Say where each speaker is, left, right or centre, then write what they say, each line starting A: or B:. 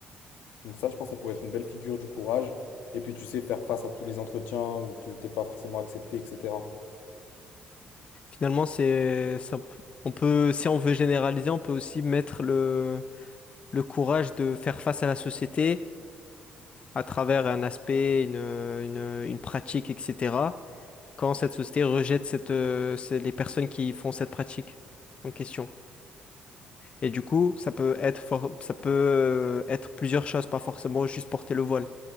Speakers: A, on the left; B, on the left.
A: Donc ça, je pense que ça pourrait être une belle figure du courage. Et puis, tu sais, faire face à tous les entretiens où tu t'es pas forcément accepté, etc.
B: Finalement, c'est ça, p- on peut, si on veut généraliser, on peut aussi mettre le, le courage de faire face à la société à travers un aspect, une, une, une pratique, etc. Quand cette société rejette cette, euh, c'est les personnes qui font cette pratique en question. Et du coup, ça peut être for- ça peut euh, être plusieurs choses, pas forcément juste porter le voile.